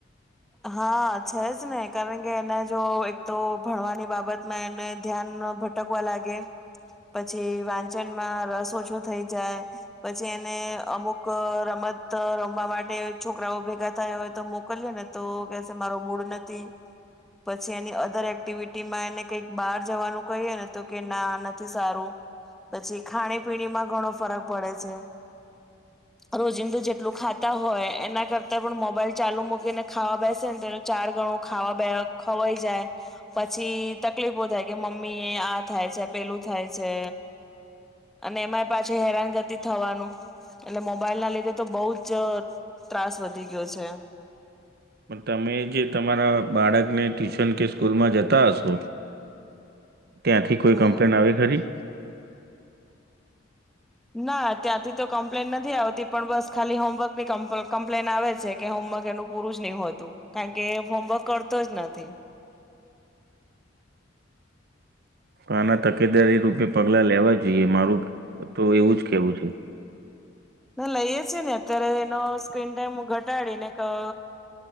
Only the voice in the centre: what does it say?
હા છે જ ને કારણ કે એને જો એક તો ભણવાની બાબતમાં એને ધ્યાન ભટકવા લાગે પછી વાંચનમાં રસ ઓછો થઈ જાય પછી એને અમુક રમત રમવા માટે છોકરાઓ ભેગા થાય હોય તો મો મોને તો મારો મૂડ નથી પછી એની અધર એક્ટિવિટીમાં એને કઈક બહાર જવાનું કહીએ ને તો કે ના નથી સારું પછી ખાણી પીણીમાં ઘણો ફરક પડે છે રોજિંદું જેટલું ખાતા હોય એના કરતા પણ મોબાઈલ ચાલુ મક એને ખાવા બેસે ને તો એનું ચાર ગણું ખાવા બે ખવાઈ જાય. પછી તકલીફો થાય. કે મમ્મી આ થાય છે પેલું થાય છે અને એમાં પાછી હેરાનગતિ થવાનું. એટલે મોબાઈલ ના લીધે તો બઉુ જ ત્રાસ વધી ગયો છે.
હમ.
ના ત્યાંથી તો કમ્પ્લેન નથી આવતી પણ બસ ખાલી હોમવર્કની કમ્પ્લેન આવે છે કે હોમવર્ક એનું પૂરું જ નહી હોતું કારણ કે હોમવર્ક કરતો જ નથી.
ના લઈએ છીએ ને અત્યારે એનો સ્ક્રીન ટાઈમ ઘટાડી ને કા